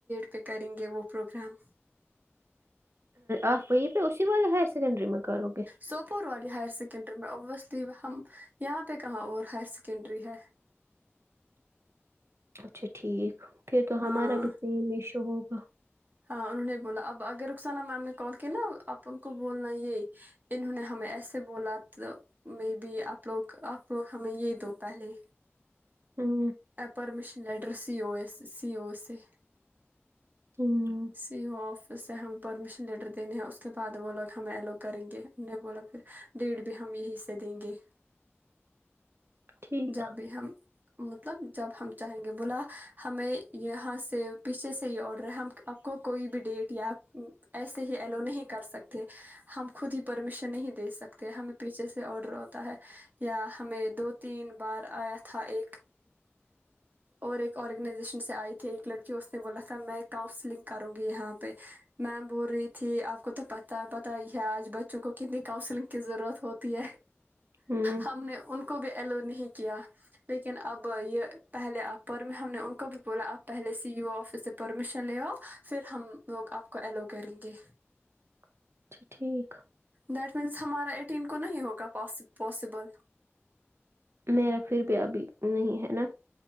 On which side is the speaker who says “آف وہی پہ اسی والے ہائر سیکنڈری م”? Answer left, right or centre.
Right